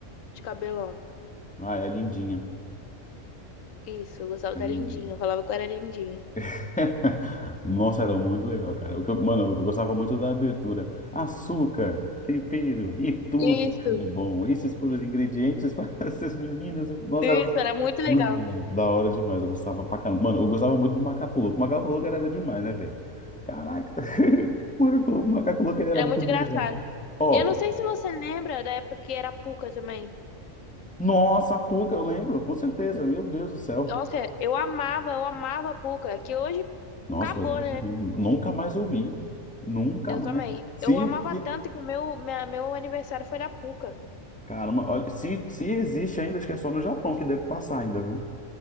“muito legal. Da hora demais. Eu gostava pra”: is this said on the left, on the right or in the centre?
Centre